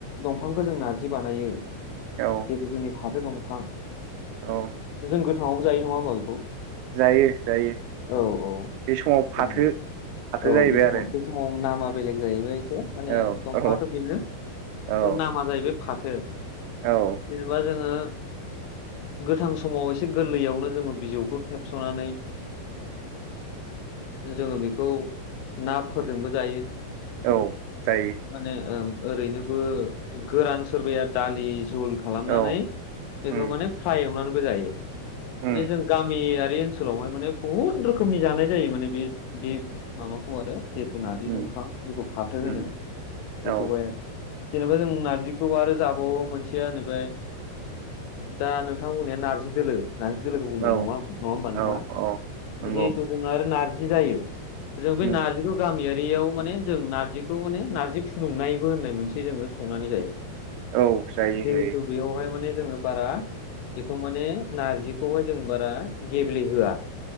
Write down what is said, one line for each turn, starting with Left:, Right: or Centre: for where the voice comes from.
Left: दंफांखौ जों नार्जि बानायो
Right: औ
Left: जिहेतु जोंनि फाथो दंफां
Right: औ
Left: जों गोथाङावबो जायो नङा होमबा बेखौ
Right: जायो जायो
Left: औ औ
Right: बे समाव फाथो
Left: जोङो
Right: फाथो
Left: औ
Right: जाहैबाय
Left: बे सम बे समाव नामा बेलेग जाहैबाय एसे
Right: आरो
Left: माने दंफाङाथ'
Right: औ
Left: बेनो खिन्थु
Right: औ
Left: नामा जाहैबाय फाथो
Right: औ
Left: जेनेबा जोङो
Right: <inaudible>
Left: गोथां समाव एसे गोरलैयावनो जोङो बिजौखौ खेबस'नानै जोङो बेखौ नाफोरजोंबो जायो
Right: औ जायो
Left: माने ओं ओरैनोबो गोरान सोरबाया दालि जुल खालामनानै
Right: औ
Left: बेखौ
Right: उम
Left: माने फाय एवनानैबो जायो
Right: उम
Left: माने जों गामि आरो बे ओनसोलावहाय माने बहुत रोखोमनि जानाय जायो माने बे बे माबाखौ आरो जिहेथु नारजि
Right: उम
Left: दंफां जेखौ फाथो होनो
Right: उम
Left: बेखौ
Right: औ
Left: हाय जेनेबा जों नारजिखौ आरो जाबावो मोनसे थिया होनोबाय दा नोंथांमोननिया नार्जि दोलो नारजि दोलोखौ बुंबाय
Right: औ
Left: नङा नङा होमबा नोंथाङा
Right: औ औ नंगौ
Left: जिहेथु जोंना आरो नार्जि जायो जों बे
Right: उम
Left: नारजिगखौ गामियारि दैयाव माने जों नारजिखौ माने नारजि फुदुंनायबो होननाय मोनसे जोङो संनानै जायो
Right: औ जायो
Left: जिहेतु
Right: जायो
Left: बेयावहाय माने जोङो बारा बेखौ माने नारजिखौहाय जों बारा गेब्लेहोआ